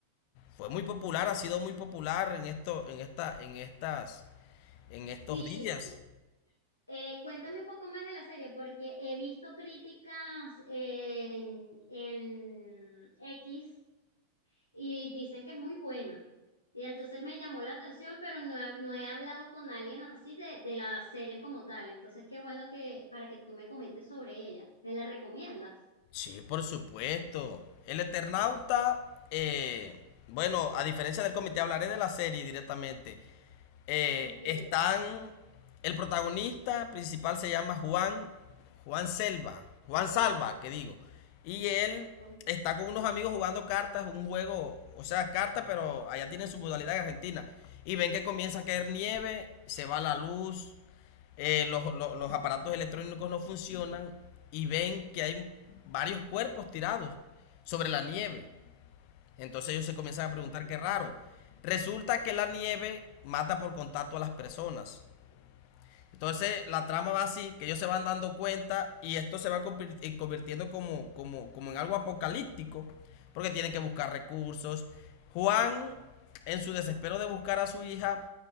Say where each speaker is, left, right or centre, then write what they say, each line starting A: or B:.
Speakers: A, on the left; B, on the left.
A: Fue muy popular, ha sido muy popular en esto, en esta, en estas, en estos
B: sí.
A: días.
B: y, eh, cuéntame un poco más de la serie, porque he visto críticas en, en X y dicen que es muy buena. Y entonces me llamó la atención, pero no he, no he hablado con alguien así de, de la serie como tal. Entonces, qué bueno que para que tú me comentes sobre ella. ¿Me la recomiendas?
A: Sí, por supuesto. El Eternauta, eh, bueno, a diferencia del comité, hablaré de la serie directamente. Eh,
B: Ok,
A: están. El protagonista principal se llama Juan. Juan Selva. Juan Salva, que digo. Y él
B: ok,
A: está con unos amigos jugando cartas, un juego, o sea, cartas, pero allá tienen su modalidad en Argentina. Y ven que comienza a caer nieve, se va la luz, eh, los, los- los aparatos electrónicos no funcionan y ven que hay varios cuerpos tirados sobre la nieve. Entonces ellos se comienzan a preguntar
B: ok.
A: qué raro. Resulta que la nieve mata por contacto a las personas. Entonces la trama va así, que ellos se van dando cuenta y esto se va convirtiendo como, como, como en algo apocalíptico, porque tienen que buscar recursos. Juan, en su desespero de buscar a su hija,